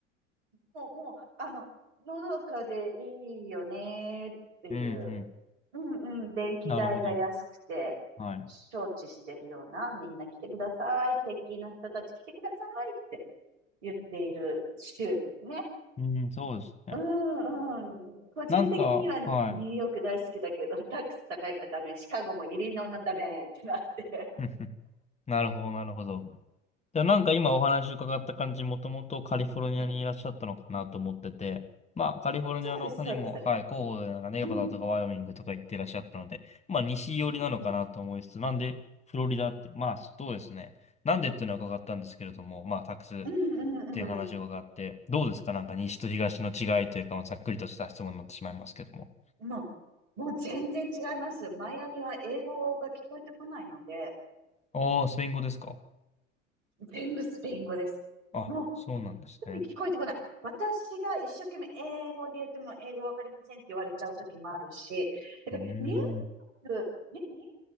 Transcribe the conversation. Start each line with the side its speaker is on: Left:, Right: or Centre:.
Right: もう、もう、あの、のどかでいいよねっていう、
Left: うんうん。
Right: うんうん、電気代が安くて、
Left: なるほど。はい。
Right: 承知してるような、みんな来てください、鉄筋の人たち来てくださいって言っている州ですね。
Left: うん、そうですね。
Right: うんうん。個人的にはニューヨーク大好きだけど、
Left: なんか、はい。
Right: タックス高いからダメ、シカゴもイリノイもダメってなって。
Left: <laughs> なるほど、なるほど。でもなんか今お話伺った感じ、もともとカリフォルニアにいらっしゃったのかなと思ってて、
Right: うん
Left: まあカリフォルニアの他にも、
Right: そうです、そうです。
Left: はい、候補でなんかネバダとかワイオミングとか行ってらっしゃったので、
Right: うん。
Left: まあ西寄りなのかなと思いつつ、
Right: うん、
Left: なんでフロリダって、まあそうですね。なんでっていうのは伺ったんですけれども、まあタックスっ
Right: うん、うん、
Left: ていう話を伺って、
Right: う
Left: どうですかなんか西と東の違いというか、まあざっくりとした質問になってしまいますけども。
Right: ん。もう、もう全然違います。マイアミは英語が聞こえてこないので、
Left: ああ、スペイン語ですか
Right: 全部スペイン語です。
Left: あ、
Right: もう、
Left: そうなんですね。
Right: 本当に聞こえてこない。私が一生懸命英語で言っても英語わかりませんって言われちゃう時もあるし、だからニューくニニューヨ
Left: うーん。